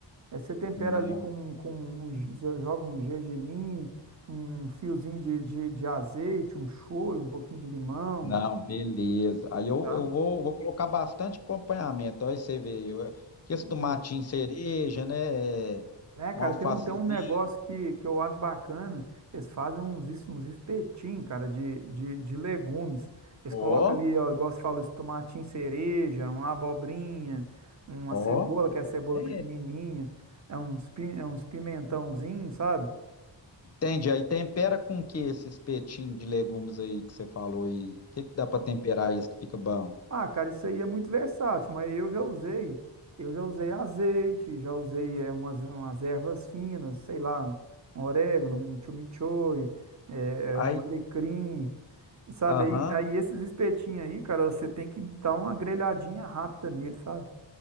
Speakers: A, on the right; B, on the left.
A: É, você tempera
B: não,
A: ali com, com um, ge- você joga um gergelim, um fiozinho de, de, de azeite, um shoyu, um pouquinho de limão,
B: não, beleza. Aí eu,
A: tá?
B: eu vou, vou colocar bastante acompanhamento. Aí você vê, eu, que esse
A: Isso.
B: tomatinho cereja, né? é,
A: É, cara,
B: Um alfacezinho.
A: tem um, tem um negócio que, que eu acho bacana. Eles fazem uns, es- uns espetinhos, cara, de, de, de legumes. Eles
B: Ó,
A: colocam ali, ó, igual você falou, esse tomatinho cereja, uma abobrinha, uma
B: ó.
A: cebola, que é a cebola
B: É
A: pequenininha, é uns, pi- é uns pimentãozinhos, sabe?
B: Entende? Aí tempera com o que esse espetinho de legumes aí que você falou aí? O que que dá pra temperar isso que fica bom?
A: Ah, cara, isso aí é muito versátil, mas eu já usei, eu já usei azeite, já usei eh, umas, umas ervas finas, sei lá, um, um orégano, um chimichurri, eh,
B: Aí,
A: eh, um alecrim, e sabe?
B: aham,
A: Aí, aí esses espetinhos aí, cara, você tem que dar uma grelhadinha rápida nele, sabe?